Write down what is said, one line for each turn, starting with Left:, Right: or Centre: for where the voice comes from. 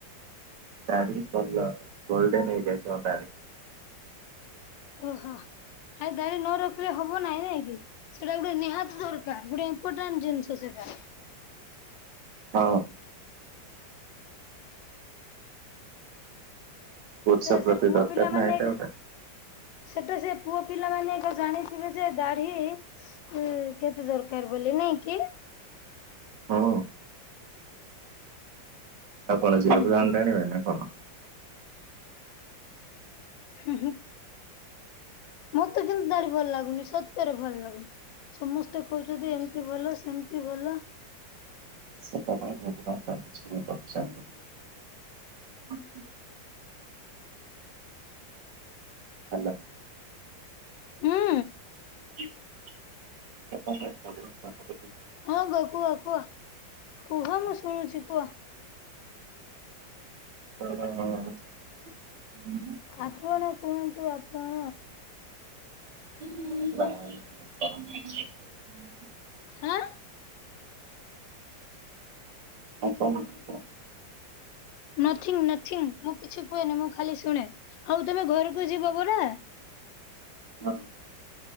Right: <unintelligible> ହେଇଯାଇଛି ମୋ ଗାଡି।
Left: ଓହୋ ହେ ଦାରି ନ ରଖିଲେ ହବ ନାହିଁ। ନାଇଁ କି ସେଟା ଗୋଟେ ନିହାତି ଦରକାର ଗୋଟେ ଇମ୍ପୋଟାଣ୍ଟ ଜିନିଷ ସେଇଟା।
Right: ହଁ। ପୁରୁଷ
Left: ସେଟା
Right: ପ୍ରତି
Left: ସେ ପୁଅ
Right: ଦରକାର
Left: ପିଲାମାନେ
Right: ନା ଏଇଟା
Left: ଘା
Right: ଗୋଟେ।
Left: ସେଟା ସେ ପୁଅ ପିଲାମାନେ ଏକା ଜାଣିଥିବେ ଯେ ଦାଢି ଏଁ କେତେ ଦରକାର ବୋଲି। ଜିନି କି?
Right: ହଁ। ଆଉ କଣ
Left: ହୁଁ
Right: ଜ଼ିରୋ ବ୍ରାଣ୍ଡ
Left: ହୁଁ।
Right: ଆଣିବା ନା କଣ?
Left: ହୁଁ ହୁଁ। ମୋତ ତେ କିନ୍ତୁ ଦାଢ଼ି ଭଲ ଲାଗୁନି ସତରେ ଭଲ ଲାଗୁନି। ସମସ୍ତେ କହୁଛନ୍ତି ଏମତି ଭଲ ସେମିତି ଭଲ।
Right: ସେଟା ପାଇଁ <unintelligible> <unintelligible> ହାଲୋ।
Left: ହୁଁ।
Right: <unintelligible>
Left: ହଁ ବେ କୁହ କୁହ କୁହ ମୁଁ ଶୁଣୁଛି କୁହ।
Right: <unintelligible>
Left: ଆପଣ କୁହନ୍ତୁ ଆପଣ।
Right: <unintelligible>
Left: ହାଁ?
Right: <unintelligible>
Left: ନଥିଙ୍ଗ ନଥିଙ୍ଗ ମୁଁ କିଛି କୁହେନି ମୁଁ ଖାଲି ଶୁଣେ ହଉ ତମେ ଘରକ କୁ ଜିବ ପରା?
Right: ହଁ।